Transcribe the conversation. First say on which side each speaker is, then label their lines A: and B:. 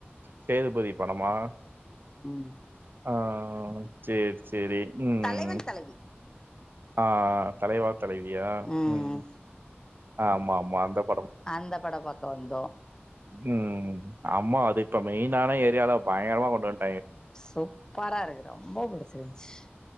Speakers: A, on the right; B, on the left.
A: சேதுபதி பணமா
B: ம்
A: ஆஹ் சேரி சே சேரி உம்
B: தலைவன் தலைவி
A: ஆஹ் தலைவா தலைவியா
B: ம்
A: உம் ஆமா ஆமா அந்தப்
B: அந்த படம் பாக்க வந்தோம்
A: உம் அம்மோ அது இப்ப மெயினான ஏரியால பயங்கரமா கொண்டு வன்
B: சூப்பரா இருக்கு ரொம்ப புடிச்சிருந்துச்சு